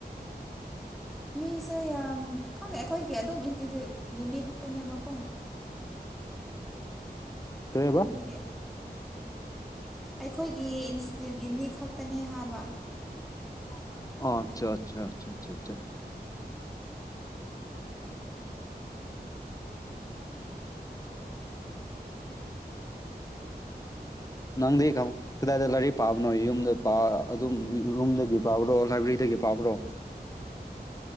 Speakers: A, in the centre; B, on the left.
A: ꯃꯤꯁꯦ ꯌꯥꯝ ꯈꯪꯗꯦ ꯑꯩꯈꯣꯏꯒꯤ ꯑꯗꯨꯝ ꯏꯟꯁꯇꯤꯇ꯭ꯌꯨꯠꯀꯤ ꯃꯤ ꯈꯛꯇꯅꯦꯕꯀꯣ
B: ꯀꯔꯤꯕ
A: ꯑꯗꯨꯒꯤ ꯑꯩꯈꯣꯏꯒꯤ ꯏꯟꯁꯇꯤꯇ꯭ꯌꯨꯠꯀꯤ ꯃꯤ ꯈꯛꯇꯅꯦ ꯍꯥꯏꯕ
B: ꯍꯥꯏꯕ ꯑꯆꯥ ꯑꯆꯥ ꯑꯆꯥꯆꯥ
A: <inaudible>
B: ꯅꯪꯗꯤ ꯀꯝ ꯀꯗꯥꯏꯗ ꯂꯥꯏꯔꯤꯛ ꯄꯥꯕꯅꯣ ꯌꯨꯝꯗ ꯄ ꯑꯗꯨꯝ ꯔꯨꯝꯗꯒꯤ ꯄꯥꯕ꯭ꯔꯣ ꯂꯥꯏꯕ꯭ꯔꯦꯔꯤꯗꯒꯤ ꯄꯥꯕ꯭ꯔꯣ